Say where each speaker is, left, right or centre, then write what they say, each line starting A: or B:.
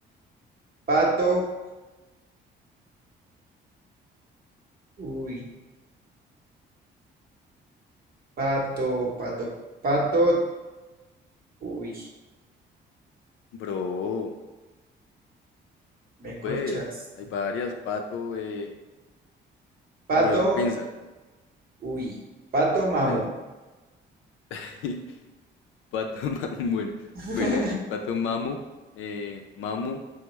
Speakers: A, on the right (about 50°); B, on the left (about 80°).
A: Pato. Uy. Pato, pato, pato. Uy.
B: Bro,
A: Me
B: tú puedes.
A: corchas.
B: Hay varias, pato, eh,
A: Pato.
B: bro, piensa.
A: Uy. Pato mamo.
B: Te- <laughs> Pato Mamo, <laughs> bueno,
A: <laughs>
B: bueno, sí, Pato Mamo, eh, Mamo,